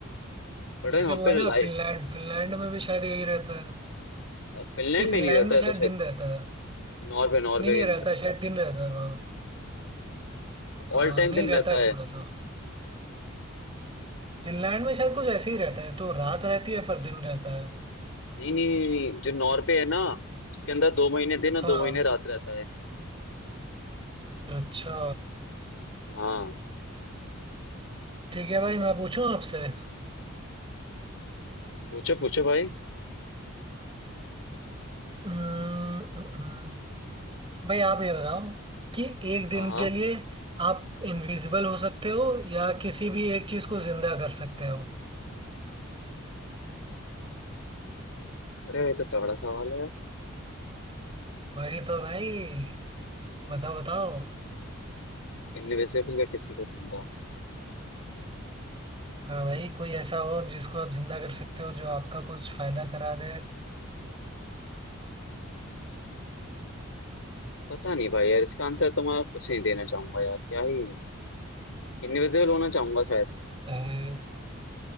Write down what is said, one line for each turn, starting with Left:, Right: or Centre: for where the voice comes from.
Left: बट भाई
Right: जैसे
Left: वहाँ
Right: वो
Left: पे
Right: है ना
Left: लाइट
Right: फिनलैंड फिनलैंड में भी शायद यही रहता है
Left: फिनलैंड
Right: नहीं फिनलैंड
Left: में नहीं रहता
Right: में
Left: ऐसा
Right: शायद
Left: शायद
Right: दिन रहता है
Left: नॉर्वे नॉर्वे
Right: नहीं नहीं
Left: के अंदर
Right: रहता है शायद दिन रहता है वहाँ हाँ,
Left: ऑल टाइम
Right: नहीं
Left: दिन
Right: रहता
Left: रहता
Right: है
Left: है
Right: थोड़ा सा फिनलैंड में शायद कुछ ऐसे ही रहता है तो रात रहती है फिर दिन रहता है
Left: नहीं नहीं नहीं नहीं जो नॉर्वे है ना उसके अंदर दो महीने दिन और
Right: हाँ
Left: दो महीने रात रहता है
Right: अच्छा
Left: हाँ
Right: ठीक है भाई मैं पूछूं आपसे
Left: पूछो पूछो भाई
Right: हम्म, हम्म, हम्म। भाई आप ये बताओ कि एक दिन
Left: हाँ हाँ।
Right: के लिए आप इनविजिबल हो सकते हो या किसी भी एक चीज को जिंदा कर सकते हो
Left: अरे ये तो तगड़ा सवाल है यार
Right: वही तो भाई बताओ बताओ
Left: इनविजिबल है किसी को जिंदा
Right: हाँ भाई कोई ऐसा हो जिसको आप जिंदा कर सकते हो जो आपका कुछ फायदा करा दे
Left: पता नहीं भाई यार इसका आंसर तो मैं कुछ नहीं देना चाहूंगा यार क्या ही इनविजिबल होना चाहूंगा शायद
Right: अरे